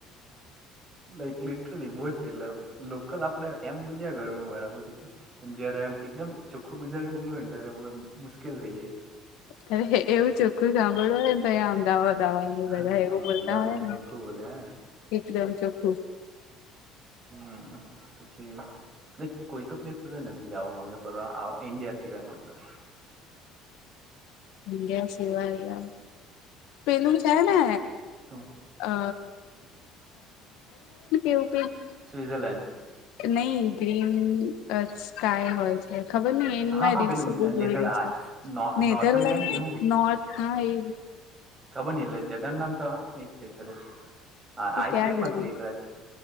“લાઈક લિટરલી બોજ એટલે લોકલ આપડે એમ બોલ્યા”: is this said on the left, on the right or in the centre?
Right